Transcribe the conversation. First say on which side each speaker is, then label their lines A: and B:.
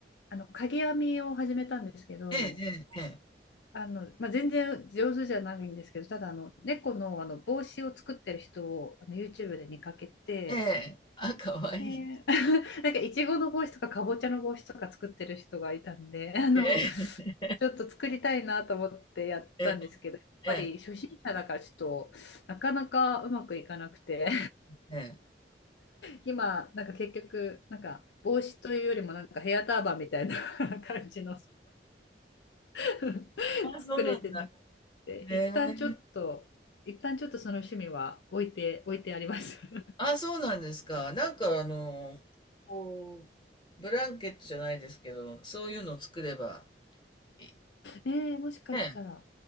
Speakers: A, on the left; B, on the left.
A: あの、かぎ編みを始めたんですけど、
B: ええええええ。
A: あの、まあ、全然上手じゃないんですけど、ただあの、猫の、あの帽子を作ってる人をあの YouTube で見かけて、
B: ええ。あ、可愛いい。
A: で <laughs> なんかいちごの帽子とかかぼちゃの帽子とか作ってる人がいたんで、<laughs> あの、
B: ええ
A: ちょっと作りたいなと思ってやったんですけど、
B: え
A: やっぱり初心者だからちょっとなかなかうまくいかなくて
B: えええええ。
A: 今、なんか結局、なんか帽子というよりも、なんかヘアターバンみたいな <laughs> 感じの <laughs>
B: あ、
A: 作れてなく
B: そうなんだ。
A: て、
B: へえ。
A: 一旦ちょっと、一旦ちょっとその趣味は置いて、置いてあります。<laughs>
B: あ、そうなんですか。なんかあの、こう、ブランケットじゃないですけど、そういうのを作れば、いい
A: えー、もしかしたら、
B: ねえ。